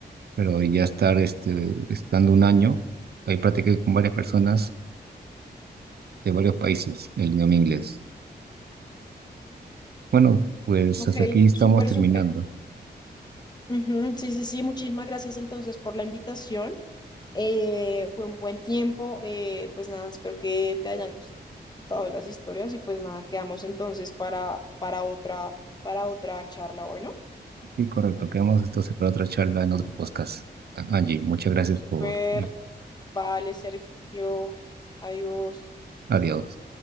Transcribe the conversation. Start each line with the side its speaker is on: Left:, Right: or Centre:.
Right: pero ya estar este, estando un año, ahí practiqué con varias personas de varios países, el idioma inglés. Bueno, pues
Left: Ok,
Right: hasta aquí estamos
Left: súper,
Right: terminando.
Left: súper. Ujú, Sí, sí, sí, muchísimas gracias entonces por la invitación. Eh, fue un buen tiempo, eh, pues nada, espero que te hayan gustado las historias y pues nada, quedamos entonces para, para otra, para otra charla, bueno.
Right: Sí, correcto. Quedamos entonces para otra charla en otro podcast. Angie, muchas gracias
Left: Súper,
Right: por... el-
Left: vale, Sergio, adiós.
Right: Adiós.